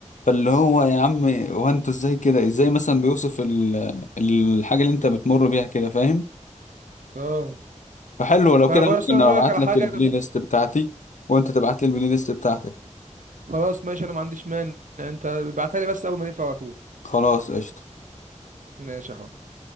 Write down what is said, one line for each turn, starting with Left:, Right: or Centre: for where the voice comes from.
Left: فاللي هو يا عم هو انتوا ازاي كده ازاي مثلا بيوصف ال- الحاجة اللي انت بتمر بيها كده فاهم
Right: اه
Left: فحلو لو
Right: فبس
Left: كده ممكن
Right: انا
Left: ابعت
Right: اقول لك على
Left: لك
Right: حاجه
Left: البلاي
Right: انا مو...
Left: ليست بتاعتي وانت تبعت لي البلاي ليست بتاعتك
Right: خلاص ماشي انا ما عنديش مانع انت ابعتها لي بس اول ما نقفل على طول
Left: خلاص قشطة
Right: ماشي يا حبيبي